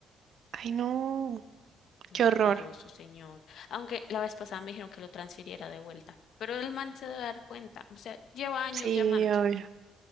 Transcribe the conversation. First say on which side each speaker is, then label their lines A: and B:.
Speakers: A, on the right (about 65°); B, on the left (about 70°).
A: Ay, no, qué
B: Asqueroso,
A: horror.
B: señor. Aunque la vez pasada me dijeron que lo transfiriera de vuelta. Pero el man se debe dar cuenta. O sea, lleva años
A: Sí,
B: llamando.
A: obvio.